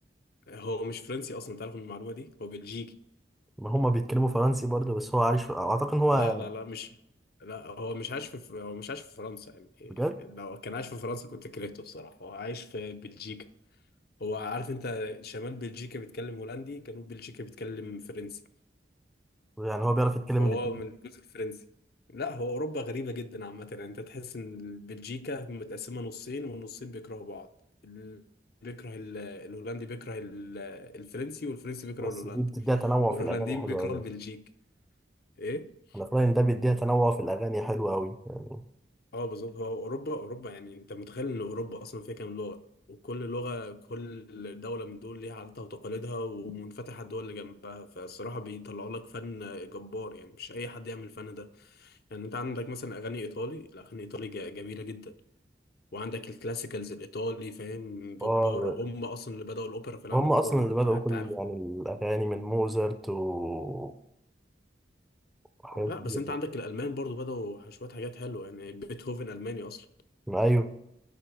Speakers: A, on the left; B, in the centre.
A: هو مش فرنسي اصلا تعرف من المعلومه دي هو بلجيكي
B: ما هم بيتكلموا فرنسي برضه بس هو عايش في... اعتقد ان هو
A: لا لا لا مش لا هو مش عايش في هو مش عايش في فرنسا يعني إيه،
B: بجد
A: لو كان عايش في فرنسا كنت كرهته بصراحه هو عايش في بلجيكا هو عارف انت شمال بلجيكا بيتكلم هولندي جنوب بلجيكا بيتكلم فرنسي
B: يعني هو بيعرف يتكلم
A: فهو
B: الاتنين
A: من الجزء الفرنسي لا هو اوروبا غريبه جدا عامه يعني انت تحس ان بلجيكا متقسمه نصين والنصين بيكرهوا بعض ال- بيكره ال- الهولندي بيكره ال- الفرنسي والفرنسي بيكره
B: بس
A: الهولندي
B: دي بتديها تنوع
A: والهولنديين
B: في الاغاني حلو
A: بيكرهوا
B: قوي
A: البلجيك ايه
B: انا في رايي ان ده بيديها تنوع في الاغاني حلو قوي يعني
A: اه بالظبط هو اوروبا اوروبا يعني انت متخيل ان اوروبا اصلا فيها كام لغه وكل لغه كل دوله من دول ليها عاداتها وتقاليدها ومنفتحه الدول اللي جنبها فالصراحه بيطلعوا لك فن جبار يعني مش اي حد يعمل الفن ده يعني انت عندك مثلا اغاني ايطالي الاغاني الايطالي جا- جميله جدا وعندك الكلاسيكالز الايطالي فاهم جباره
B: اه
A: هم اصلا اللي بداوا الاوبرا في العالم
B: هم اصلا
A: كله
B: اللي
A: انت
B: بدأوا
A: انت
B: كل
A: عارف
B: يعني الاغاني من موزارت و- وحاجات
A: لا
B: كتير
A: بس انت عندك الالمان برضو بداوا شويه حاجات حلوه يعني بيتهوفن الماني اصلا
B: ايوه